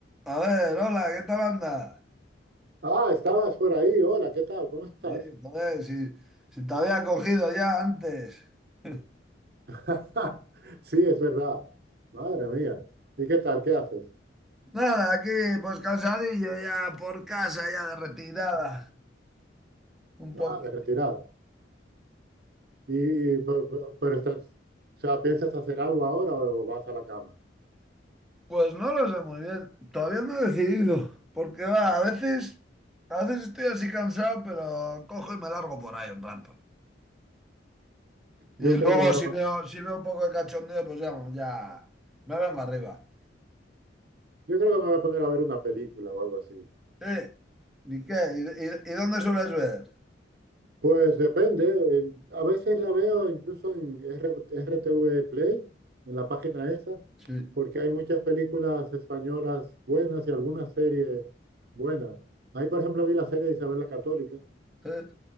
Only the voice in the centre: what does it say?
A ver, hola, ¿qué tal anda?
Sí, joder, si, si te había cogido ya antes. <laughs>
Nada, aquí pues cansadillo ya por casa, ya de retirada. Un poquito.
Pues no lo sé muy bien. Todavía no he decidido. Porque va, a veces, a veces estoy así cansado, pero cojo y me largo por ahí un rato. Y
luego
si
veo, si veo un poco de cachondeo, pues ya, ya me vengo arriba.
Sí. ¿Y qué? ¿Y, y- y dónde sueles ver?
Sí.
¿Eh?